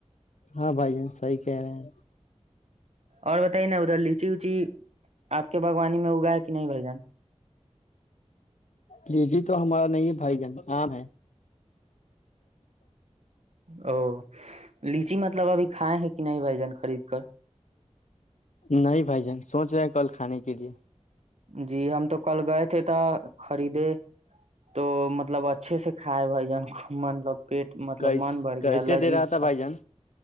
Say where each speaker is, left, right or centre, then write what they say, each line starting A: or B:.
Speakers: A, on the left; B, on the right.
A: ہاں بھائی جن سی کہہ رہے ہیں
B: اور بتائیے نا ادھر لچی وچی آپ کے باغوانی میں اگا ہے کہ نہیں بھائی جان
A: لی جی تو ہمارا نہیں ہے بھائی جانام ہے
B: او ل چی مطلب ابھیھائے ہیں کہ نہیں بھجن خرید کر
A: نہیں بھائی جان سوچ رہے کل کھانے کے لیے
B: جی ہم تو کل گئے تھے تو خریدے تو مطلب اچھے سے کھائے بھائی جان مطلب پیٹ مطلب
A: کیس
B: من بڑھ
A: کیسے
B: گیا لذیذ
A: دے رہا
B: تھا
A: بھائی جان